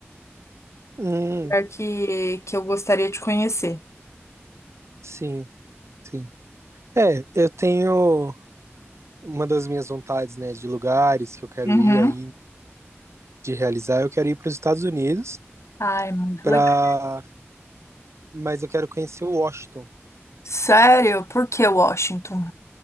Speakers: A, on the right (about 80°); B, on the left (about 85°).
A: Hum,
B: lugar que, que eu gostaria de conhecer.
A: sim, sim. É, eu tenho uma das minhas vontades, né, de lugares que eu quero
B: Uhum.
A: ir ainda, de realizar. Eu quero ir para os Estados Unidos
B: Ai, muito
A: para
B: legal.
A: mas eu quero conhecer o Washington.
B: Sério? Por que Washington?